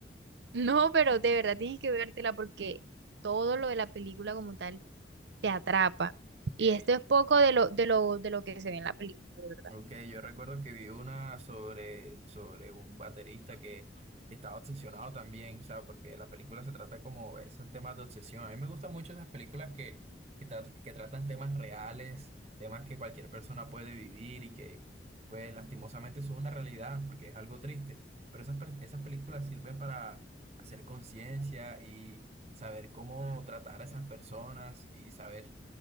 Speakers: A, on the right (about 75°); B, on the right (about 35°).
A: <laughs> no, pero de verdad tienes que vértela porque todo lo de la película como tal te atrapa. Y
B: Ok,
A: esto es poco de lo, de lo, de lo que se ve en la película, de verdad.
B: Ok, yo recuerdo que vi una sobre, sobre un baterista que estaba obsesionado también, o sea, porque la película se trata como esos temas de obsesión. A mí me gustan mucho esas películas que, que, tra- que tratan temas reales, temas que cualquier persona puede vivir y que, pues, lastimosamente son una realidad, porque es algo triste. Pero esas, per- esas películas sirven para hacer conciencia y saber cómo tratar a esas personas y saber